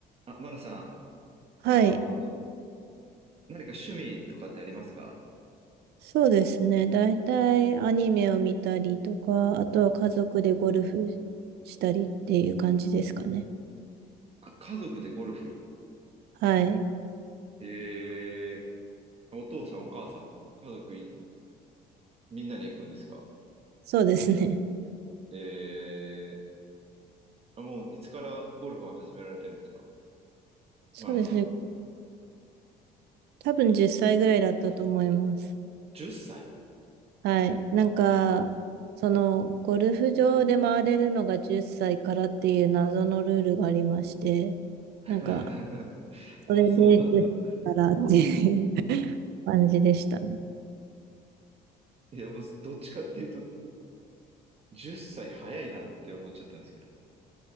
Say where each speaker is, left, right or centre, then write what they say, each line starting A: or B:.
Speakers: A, on the right; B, on the right.
A: あ、マナさ
B: はい。
A: ん、あのー何か趣味とかってありますか
B: そうですね。だいたいアニメを見たりとか、あとは家族でゴルフしたりっていう感じですかね。
A: あ、家族でゴルフ。
B: はい。
A: えー、お父さんお母さんと家族いみんなで行くんですか
B: そうですね。<laughs>
A: えー、あ、もういつからゴルフは始められてるんですか
B: そうですね。
A: マナさんは。
B: 多分10歳ぐらいだったと思います。
A: 10歳
B: はい。なんか、
A: あ、
B: その、ゴルフ場で回れるのが10歳からっていう謎のルールがありまして、
A: <laughs>
B: なんか、それで10歳からっていう
A: あ、そうなんだ。
B: <laughs> 感じでしたね。
A: いや、もうどっちかっていうと、10歳早いなって思っちゃったんですけど。